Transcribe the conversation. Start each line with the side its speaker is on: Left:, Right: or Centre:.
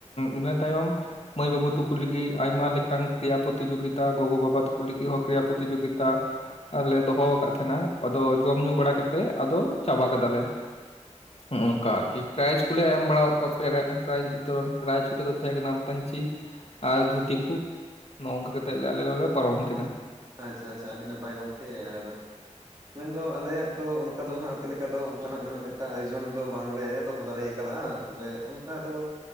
Left: ᱤᱱᱟᱹ ᱛᱟᱭᱚᱢ
Right: ᱟᱪᱪᱷᱟ
Left: ᱾ ᱢᱟᱹᱭ ᱵᱟᱹᱵᱩ ᱛᱟᱠᱩ ᱞᱟᱹᱜᱤᱫ ᱟᱭᱢᱟ ᱞᱮᱠᱟᱱ ᱠᱨᱤᱭᱟ ᱯᱨᱚᱛᱤᱡᱳᱜᱤᱛᱟ ᱜᱚᱜᱚ ᱵᱟᱵᱟ ᱛᱟᱠᱚ ᱞᱟᱹᱜᱤᱫ ᱦᱚᱸ ᱠᱨᱤᱭᱟ ᱯᱨᱚᱛᱤᱡᱳᱜᱤᱛᱟ ᱾ ᱟᱨᱞᱮ ᱫᱚᱦᱚ ᱟᱠᱟᱫ ᱛᱟᱦᱮᱸᱱᱟ ᱟᱫᱚ ᱡᱚᱢ ᱧᱩ ᱵᱟᱲᱟ ᱠᱟᱛᱮᱫ ᱟᱫᱚ ᱪᱟᱵᱟ ᱠᱟᱫᱟᱞᱮ ᱾ ᱦᱩᱜᱚᱝᱠᱟ ᱟᱨᱠᱤ ᱯᱨᱟᱭᱤᱡᱽ ᱠᱚᱞᱮ ᱮᱢ ᱵᱟᱲᱟ ᱟᱫ ᱠᱚᱣᱟ ᱯᱨᱟᱭᱤᱡᱽ ᱵᱤᱛᱚᱨᱚᱱ ᱯᱨᱟᱭᱤᱪ <inaudible> ᱛᱟᱸᱦᱮ ᱠᱟᱱᱟ ᱯᱟᱹᱧᱪᱤ ᱟᱨ ᱫᱷᱩᱛᱤ ᱠᱩ ᱱᱚᱜᱼᱚᱝᱠᱟ ᱠᱟᱛᱮᱫ ᱟᱞᱮ <inaudible> ᱯᱟᱨᱚᱢ ᱠᱮᱫᱟ ᱾
Right: ᱟᱪᱷᱟ ᱟᱪᱷᱟ ᱟ. ᱰᱤ ᱱᱟᱯᱟᱭ ᱜᱚᱢᱠᱮ ᱟᱨ ᱢᱮᱱᱫᱚ ᱟᱞᱮᱭᱟᱜ ᱫᱚ ᱚᱱᱠᱟ ᱫᱚ ᱱᱟᱦᱟᱜ ᱟᱯᱮ ᱞᱮᱠᱟ ᱫᱚ ᱚᱱᱠᱟᱱᱟᱜ ᱩᱱᱟᱹᱜ ᱮᱴᱟ ᱟᱭᱳᱡᱳᱱ ᱫᱚ ᱵᱟᱝᱞᱮ ᱫᱚᱦᱚ ᱫᱟᱲᱮ ᱠᱟᱫᱟ ᱛᱚᱵᱮ ᱚᱱᱠᱟ ᱫᱚ